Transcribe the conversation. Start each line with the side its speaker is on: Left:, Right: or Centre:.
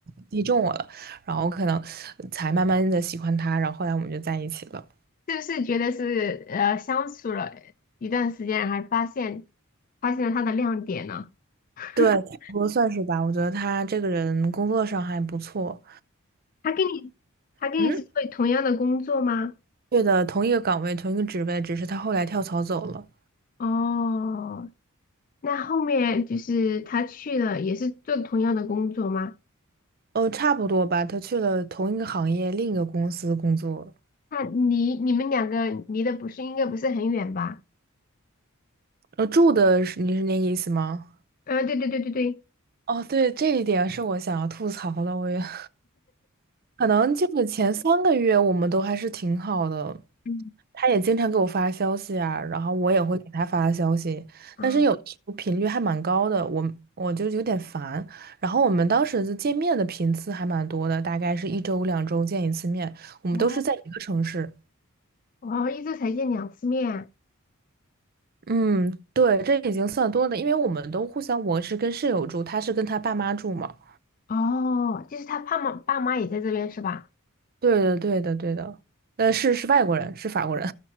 Right: 击中我了，然后可能才慢慢的喜欢他，然后后来我们就在一起了。
Left: 是不是觉得是呃相处了一段时间，然后发现发现了他的亮点呢？<laughs>
Right: 对，差不多算是吧。我觉得他这个人工作上还不错。
Left: 他跟你他跟你是做同样的工作吗？
Right: 嗯。对的，同一个岗位，同一个职位，只是他后来跳槽走了。
Left: 哦。那后面就是他去了，也是做同样的工作吗？
Right: 呃，差不多吧，他去了同一个行业，另一个公司工作。
Left: 那离你们两个离的不是应该不是很远吧？
Right: 呃，住的是你是那个意思吗？
Left: 嗯，对对对对对，
Right: 哦，对，这一点是我想要吐槽的，我也 <laughs> 可能就是前三个月我们都还是挺好的，
Left: 嗯，
Right: 他也经常给我发消息啊，然后我也会给他发消息，
Left: 啊，
Right: 但是有时候频率还蛮高的，我我就有点烦。然后我们当时就见面的频次还蛮多的，大概是一周两周见一次面，我们都是在一个城市。
Left: 哦，哦，一周才见两次面，
Right: 嗯，对，这已经算多的，因为我们都互相，我是跟室友住，他是跟他爸妈住嘛。
Left: 哦，就是他爸妈爸妈也在这边是吧？
Right: 对的，对的，对的。呃，是是外国人，是法国人。